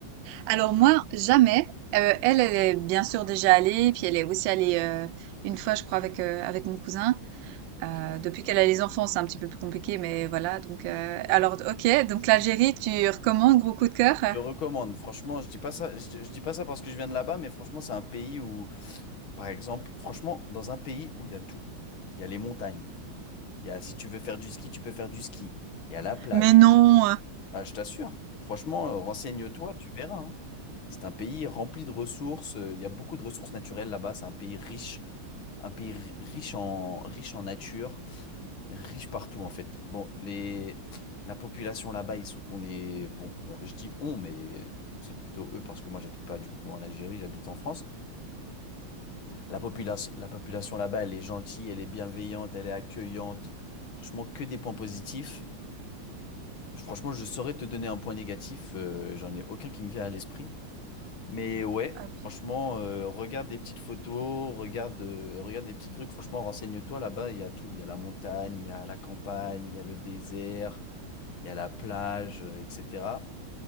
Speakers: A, on the right; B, on the left.
A: Alors moi, jamais. Euh, elle, elle est bien sûr déjà allée, puis elle est aussi allée euh, une fois, je crois, avec euh, avec mon cousin.
B: Ok.
A: Euh, depuis qu'elle a les enfants, c'est un petit peu plus compliqué, mais voilà. Donc, euh, alors, ok. Donc, l'Algérie, tu recommandes, gros coup de cœur? euh
B: Je recommande. Franchement, je dis pas ça, je, je dis pas ça parce que je viens de là-bas, mais franchement, c'est un pays où, par exemple, franchement, dans un pays où il y a tout. Il y a les montagnes. Il y a, si tu veux faire du ski, tu peux faire du ski. Il y a la plage.
A: Mais non, euh,
B: Ah, je t'assure. Franchement, euh, renseigne-toi, tu verras. hein. C'est un pays rempli de ressources. euh, Il y a beaucoup de ressources naturelles là-bas. C'est un pays riche, un pays ri- riche en, riche en nature. riche partout en fait. Bon, les, la population là-bas, ils sont- on est, bon, on- je dis on, mais c'est plutôt eux parce que moi j'habite pas du coup en Algérie, j'habite en France. La population, la population là-bas, elle est gentille, elle est bienveillante, elle est accueillante. Franchement, que des points positifs. Franchement, je saurais te donner un point négatif, euh, j'en ai aucun qui me vient à l'esprit. Mais ouais,
A: Ah, p-
B: franchement, euh, regarde des petites photos, regarde, euh, regarde des petits trucs. Franchement, renseigne-toi là-bas, il y a tout. Il y a la montagne, il y a la campagne, il y a le désert, il y a la plage, euh, etc.